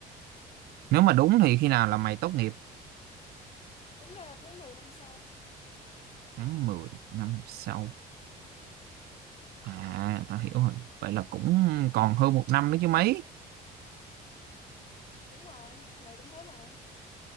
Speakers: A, on the right; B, on the left.
A: nếu mà đúng thì khi nào là mày tốt nghiệp
B: Đúng ra là tháng 10 năm sau.
A: tháng 10 năm sau à tao hiểu rồi vậy là cũng còn hơn một năm nữa chứ mấy
B: Đúng rồi, mày cũng thế mà.